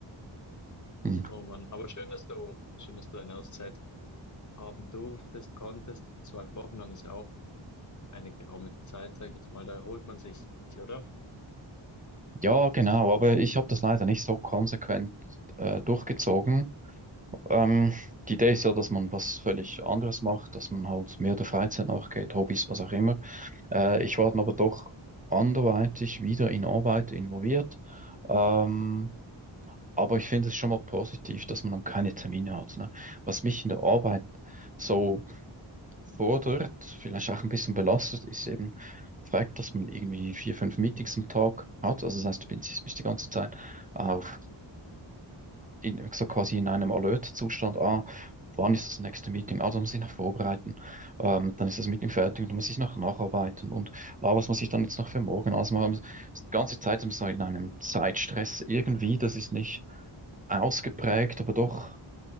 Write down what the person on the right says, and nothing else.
Hm.
Ja, genau, aber ich habe das leider nicht so konsequent äh, durchgezogen. Ähm, die Idee ist ja, dass man was völlig anderes macht, dass man halt mehr der Freizeit nachgeht, Hobbys, was auch immer. Äh, ich war dann aber doch anderweitig wieder in Arbeit involviert. Ähm, aber ich finde es schon mal positiv, dass man dann keine Termine hat. Ne? Was mich in der Arbeit so fordert, vielleicht auch ein bisschen belastet, ist eben der Fakt, dass man irgendwie vier, fünf Meetings am Tag hat. Also das heißt, du bist, bist die ganze Zeit auf, in, so quasi in einem Alert-Zustand. Ah, wann ist das nächste Meeting? Ah, da muss ich noch vorbereiten. Ähm, dann ist das Meeting fertig und dann muss ich noch nacharbeiten. Und ah, was muss ich dann jetzt noch für morgen ausmachen? Also Ist die ganze Zeit so in einem Zeitstress irgendwie. Das ist nicht ausgeprägt, aber doch